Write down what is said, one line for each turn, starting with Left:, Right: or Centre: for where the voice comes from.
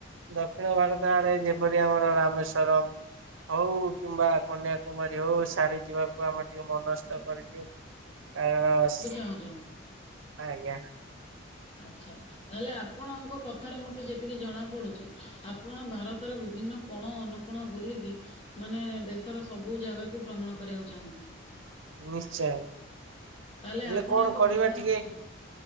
Right: ଦକ୍ଷିଣ ଭାରତ ଆରେ ଯେପରି ଆମର ରାମେଶ୍ଵରମ। ହଉ କିମ୍ବା କନ୍ୟାକୁମାରୀ ହଉ ସିଆଡ଼େ ଯିବାକୁ ଆମର ଟିକେ ମନସ୍ଥ
Left: ମାନେ
Right: କରିଚୁ କାରଣ
Left: ଚାହୁଛନ୍ତି
Right: ଆଜ୍ଞା
Left: ଆଛା। ତାହେଲେ ଆପଣଙ୍କ କଥାର ମତେ ଯେତିକି ଜଣା ପଡୁଚି ଆପଣ ଭାରତର ବିଭିନ୍ନ କଣ ଅନୁ କୋଣ ବୁଲିକି ମାନେ ଦେଶର ସବୁ ଜାଗାକୁ ଭ୍ରମଣ କରିବାକୁ ଚାହୁଁଚନ୍ତି।
Right: ନିଶ୍ଚୟ ହେଲେ
Left: ତାହେଲେ ଆପଣ
Right: କଣ
Left: ଏକ
Right: କରିବା
Left: ଭ୍ରମଣ
Right: ଟିକେ
Left: ପ୍ରେମୀ।